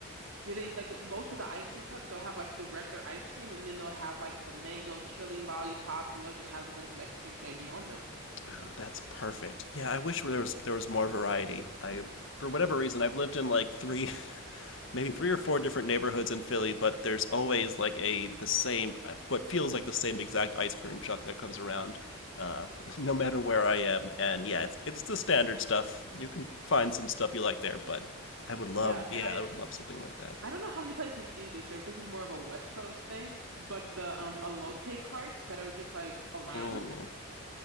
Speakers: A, on the right; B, on the left.
A: Yeah, they like most of the ice cream trucks, they'll have like the regular ice cream and then they'll have like the mango chili lollipop and they'll just have a bunch of Mexican candy on them.
B: Oh, that's perfect. Yeah, I wish there was there was more variety. I for whatever reason I've lived in like three <laughs> maybe three or four different neighborhoods in Philly, but there's always like a the same uh, what feels like the same exact ice cream truck that comes around uh, <laughs> no matter where I am. And yeah, it's it's the standard stuff. You can find some stuff you like there, but I would love
A: Yeah,
B: yeah,
A: and I
B: I would love something like that.
A: I don't know how many places do this or if this is more of a West Coast thing, but the um elote carts that are just like around.
B: Mm,